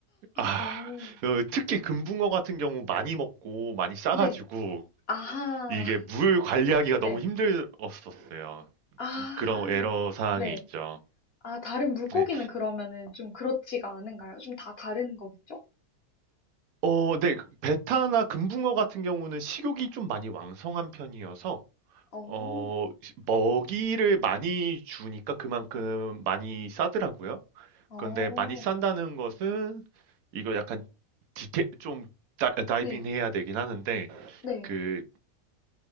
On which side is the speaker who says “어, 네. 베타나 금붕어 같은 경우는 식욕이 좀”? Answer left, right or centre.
Right